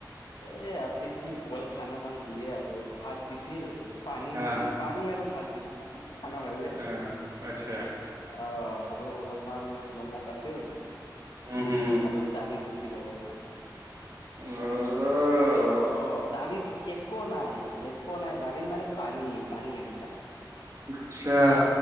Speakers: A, on the left; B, on the right.
A: এ ইয়াতে কি বইল খানা মান দিয়ে আৰু ভাত দিছিল, পানী দিছিল।
B: আহ
A: পানী আৰু ভাত দিছে, কি খানা হয় বে?
B: আহ আচ্ছা
A: অ আৰু অলপমান নমখ আছিল।
B: উম হম হম
A: আৰু দালি দিছিল অলপমান।
B: অ
A: অ দালিত একো নাই একো নাই দালিত মানে পানী পানী এনেকা।
B: উঠচ্ছা।